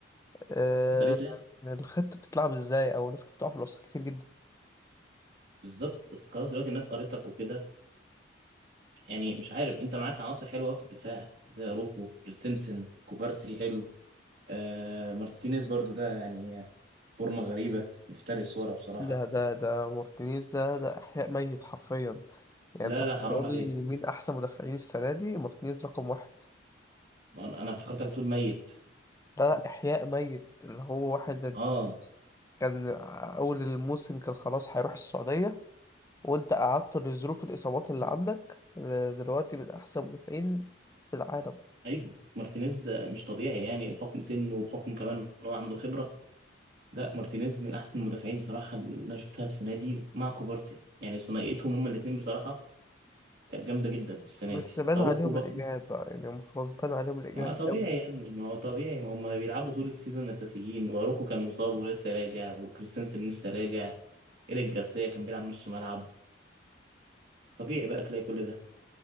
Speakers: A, on the left; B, on the right.
A: آه،
B: اشتريت ليه
A: الخطة بتتلعب ازاي او الناس كانت بتقع في الاوفسايد كتير جدا
B: بالظبط بس خلاص دلوقتي الناس قريتك وكده يعني مش عارف انت معاك عناصر حلوة أوي في الدفاع زي اروخو كريستنسن كوبارسي حلو آه مارتينيز برضو ده يعني فورمة غريبة مفترس ورا بصراحة
A: ده ده ده مارتينيز ده ده احياء ميت حرفيا يعني
B: لا
A: انت بتقول
B: لا حرام عليك
A: لي مين احسن مدافعين السنة دي مارتينيز رقم واحد
B: انا أنا افتكرتك بتقول ميت
A: لا لا احياء ميت اللي هو واحد انت
B: اه
A: كان اول الموسم كان خلاص هيروح السعودية وانت قعدت لظروف الاصابات اللي عندك آه، دلوقتي من احسن مدافعين في العالم
B: ايوه مارتينيز مش طبيعي يعني حكم سنه وحكم كمان ان هو عنده خبرة لا مارتينيز من احسن المدافعين بصراحة اللي انا شفتها السنة دي مع كوبارسي يعني ثنائيتهم هما الاتنين بصراحة كانت جامدة جدا السنة
A: بس
B: دي
A: بان
B: أروخو
A: عليهم
B: برضه
A: الاجهاد بقى يعني هم خلاص بان عليهم الاجهاد
B: ما طبيعي
A: قوي
B: يا ابني ما هو طبيعي ما هم بيلعبوا طول السيزون اساسيين واروخو كان مصاب ولسه راجع وكريستنسن لسه راجع ايريك جارسيا كان بيلعب نص ملعب طبيعي بقى تلاقي كل ده